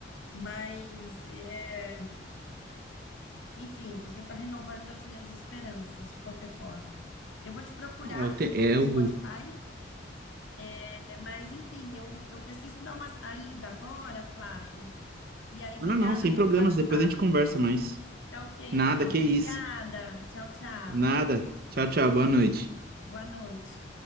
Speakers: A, on the left; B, on the right.
A: Mas, é, enfim, você está renovando as minhas esperanças, de qualquer forma. Eu vou te procurar
B: É o, te-
A: no
B: é o.
A: Spotify, é, mas, enfim, eu, eu preciso dar uma saída agora, Flávio. E aí, obrigada
B: Não, não, sem
A: pelo
B: problemas.
A: bate-papo.
B: Depois a gente conversa mais.
A: Tá ok, então.
B: Nada, que
A: Obrigada.
B: isso.
A: Tchau, tchau.
B: Nada. Tchau, tchau. Boa noite.
A: Boa noite.